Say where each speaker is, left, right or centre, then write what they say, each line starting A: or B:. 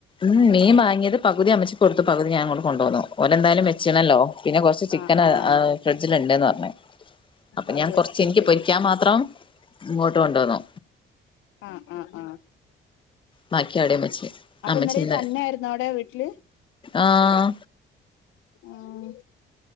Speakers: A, on the left; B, on the left.
A: മ് മീൻ വാങ്ങിയത് പകുതി അമ്മച്ചിക്ക് കൊടുത്തു പുകുതി ഞാൻ ങ്ങോട്ട് കൊണ്ടോന്നു ഓരെന്തായാലും വെച്ച് ണല്ലോ പിന്നെ കൊറച്ച് ചിക്കനാ
B: ആഹ് ആഹ്
A: ഹ് ഫ്രിഡ്ജില് ഇണ്ട്ന്ന് പറ്ഞ്ഞ് അപ്പൊ
B: അത്
A: ഞാൻ
B: പൊരിച്ചും
A: കൊറച്ച് എനിക്ക്
B: ചെയ്തു
A: പൊരിക്കാൻ മാത്രം ഇങ്ങോട്ട് കൊണ്ടോന്നു
B: ആഹ്ആഹ് ആഹ്
A: ബാക്കി അവിടെയും വെച്ച്
B: അപ്പ
A: അമ്മച്ചി
B: ഇന്നര
A: ഇന്ന്
B: ഇയ്യ് തന്നൊയിരുന്നോ അവിടെ വീട്ടില്
A: ആഹ്
B: ആഹ്